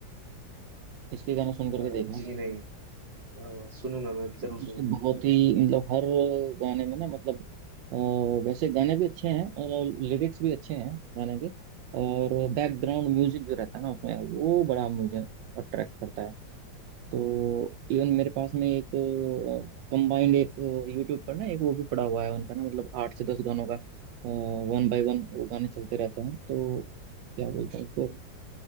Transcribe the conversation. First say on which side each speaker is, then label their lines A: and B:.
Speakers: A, on the right (about 75°); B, on the right (about 45°).
A: इसके गाने सुन करके
B: अ,
A: देखना
B: जी नहीं अ, सुनूंगा मैं जरूर सुनूंगा
A: उसके बहुत ही मतलब हर गाने में ना मतलब अ, वैसे गाने भी अच्छे हैं और लिरिक्स भी अच्छे हैं गाने के और बैकग्राउंड म्यूजिक जो रहता है ना उसमें वो बड़ा मुझे अट्रैक्ट करता है तो इवन मेरे पास में एक कंबाइंड एक यूट्यूब पर ना एक वो भी पड़ा हुआ है उनका ना मतलब आठ से दस गानों का वन बाय वन वो गाने चलते रहते हैं तो क्या बोलते हैं उसको